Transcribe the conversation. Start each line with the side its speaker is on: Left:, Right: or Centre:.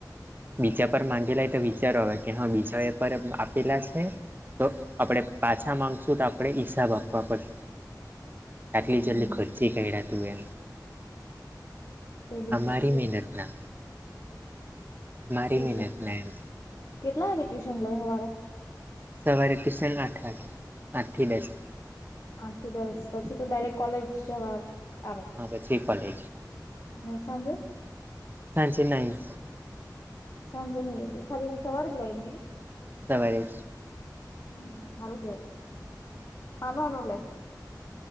Right: બીજા પર માંગેલાય તો વિચારો આવે કે હા બીજા એ પર આપેલા છે તો આપડે પાછા માગશું તો આપડે હિસાબ આપવા પડશે આટલી
Left: હમ
Right: જલ્દી ખર્ચી કાયડા તુંએ
Left: તે બી
Right: અમારી
Left: છે
Right: મહેનત ના મારી
Left: ટ્યુશન
Right: મહેનત ના એમ
Left: કેટલા વાગે ટ્યુશન લેઈ હવારે
Right: સવારે તુશન આઠ વાગે આઠ થી દસ
Left: આઠ થી દસ પછી તો ડાયરેક્ટ કોલેજ જવા આવે
Right: હા પછી કોલેજ
Left: ને સાંજે
Right: નાઇછી નાઈ
Left: સાંજે ની આયવી ખાલી સવારે જ <inaudible>
Right: તવારે
Left: હમ હારું કેવાય
Right: હમ
Left: <unintelligible>